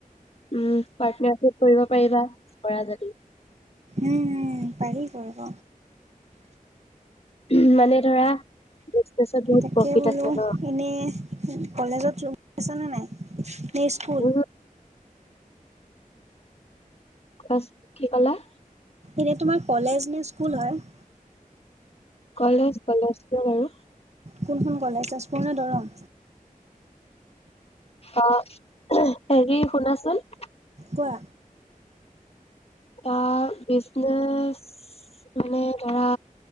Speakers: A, on the left (about 45°); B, on the right (about 50°).
A: উম, পাৰ্টনাৰশিপ কৰিব পাৰিবা কৰা যদি।
B: উম উম, পাৰি কৰিব।
A: উম, মানে ধৰা বিজনেচত বহুত
B: তাকে
A: প্ৰফিট
B: বোলো
A: আছে ন
B: এনে কলেজত জো <unintelligible> নে স্কুল।
A: বহুত কোৱাছোন কি কলা?
B: এনে তোমাৰ কলেজ নে স্কুল হয়?
A: কলেজ কলেজ কিয় বাৰু?
B: কোনখন কলেজ? তেজপুৰ নে দৰং?
A: অ', হেৰি শুনাচোন?
B: কোৱা?
A: অ' বিজনেছ মানে ধৰা